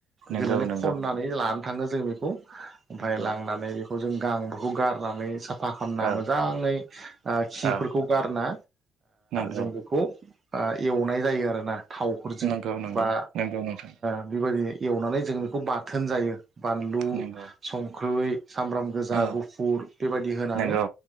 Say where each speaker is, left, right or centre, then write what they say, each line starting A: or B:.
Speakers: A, on the right; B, on the right.
A: नंगौ
B: गोलैनानै
A: नंगौ
B: खननानै लाना थाङो जों बेखौ ओमफ्राय
A: नंगौ
B: लांनानै बेखौ जों गांखौ गारनानै साफ साफा खालामामना
A: औ
B: मोजाङै खिफोरखौ
A: औ
B: गारना
A: नंगौ
B: जों बेखौ एवनाय जायो आरोना थावफोरजों
A: नंगौ नंगौ
B: बा
A: नंगौ नोंथां
B: ओ बेबायदि एवनानै जोंङो बेखौ बाथोन जायो बानलु
A: नंगौ
B: संख्रि सामब्राम गोजा
A: औ
B: गुफुर बेबायदि होनानै
A: नंगौ